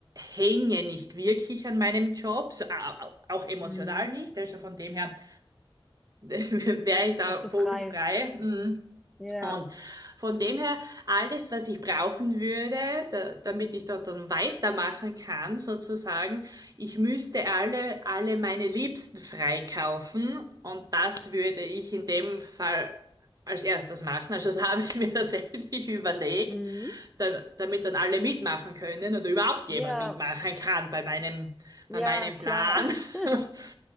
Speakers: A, on the right; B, in the centre.
A: hänge nicht wirklich an meinem Job, so, au- au- auch emotional
B: Mhm.
A: nicht, also von dem her <laughs> wäre ich da
B: bist du
A: vogelfrei.
B: frei.
A: mm.
B: Ja,
A: Und von dem her, alles, was ich brauchen würde, da, damit ich dort dann weitermachen kann, sozusagen, ich müsste alle, alle meine Liebsten freikaufen und das würde ich in dem Fall als erstes machen. Also da <laughs> habe ich mir <laughs> tatsächlich überlegt,
B: Mhm.
A: da, damit dann alle mitmachen können oder überhaupt jemand
B: ja,
A: mitmachen kann bei meinem,
B: ja,
A: bei meinem Plan,
B: klar. <laughs>
A: <laughs>